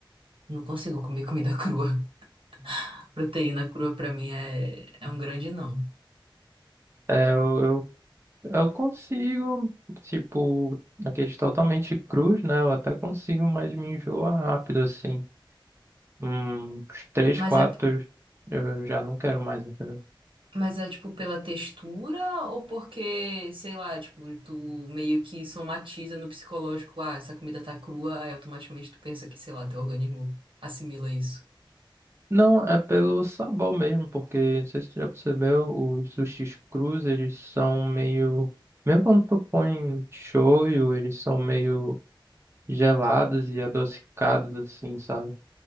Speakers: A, on the right; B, on the right.
A: Não consigo comer comida crua. <laughs> Proteína crua, pra mim, é, é um grande não.
B: É, eu, eu, eu consigo, tipo, aqueles totalmente crus, né? Eu até consigo, mas me enjoa rápido, assim. Hum, uns três,
A: Mas
B: quatro,
A: é
B: eu já não quero mais, entendeu?
A: Mas é tipo pela textura ou porque, sei lá, tipo, tu meio que somatiza no psicológico, ah, essa comida tá crua, aí automaticamente tu pensa que, sei lá, teu organismo assimila isso.
B: Não, é pelo sabor mesmo, porque não sei se tu já percebeu, os sushis crus, eles são meio. Mesmo quando tu põe shoyu, eles são meio gelados e adocicados, assim, sabe?